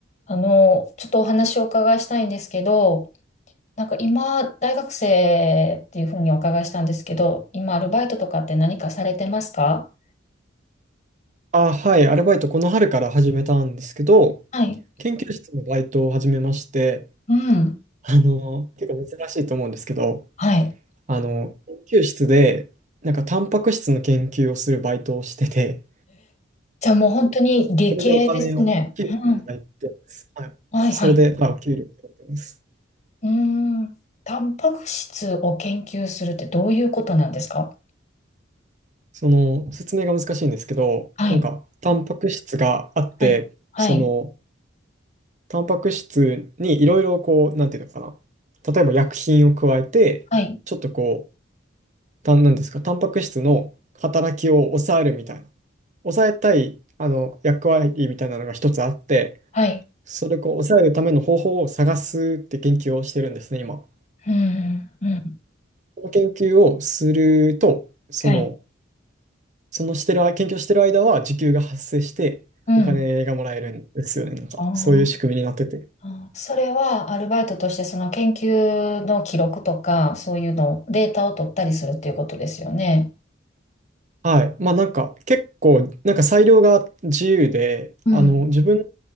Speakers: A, on the left (about 35°); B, on the right (about 40°).
A: あの、ちょっとお話をお伺いしたいんですけど、なんか今、大学生っていうふうにお伺いしたんですけど、今、アルバイトとかって何かされてますか
B: あ、はい、アルバイトこの春から始めたんですけど、
A: はい。
B: 研究室のバイトを始めまして、
A: うん。
B: あの、結構珍しいと思うんですけど、
A: はい。
B: あの、研究室で、なんかタンパク質の研究をするバイトをしてて、
A: じゃあもう本当に理系ですね。
B: それでお金を、給料いただいてます。
A: うん。
B: はい。
A: はいはい。
B: それで、はい、お給料いただいてます。
A: うーん。タンパク質を研究するってどういうことなんですか
B: その、説明が難しいんですけど、
A: はい。
B: なんか、タンパク質があって、
A: はい。はい。
B: その、タンパク質にいろいろこう、なんていうのかな、例えば薬品を加えて、
A: はい。
B: ちょっとこう、たんなんですか、タンパク質の働きを抑えるみたいな、抑えたいあの役割みたいなのが一つあって、
A: はい。
B: それをこう抑えるための方法を探すって研究をしてるんですね、今。
A: うん。うん。
B: その研究をすると、その、
A: はい。
B: そのしてる間、研究をしてる間は時給が発生して、
A: うん。
B: お金がもらえるんですよね、なんか、
A: あ
B: そういう仕組みになってて。
A: あそれはアルバイトとしてその研究の記録とか、そういうの、データを取ったりするっていうことですよね。
B: はい。まあなんか結構なんか裁量が自由で、
A: うん。
B: あの自分の好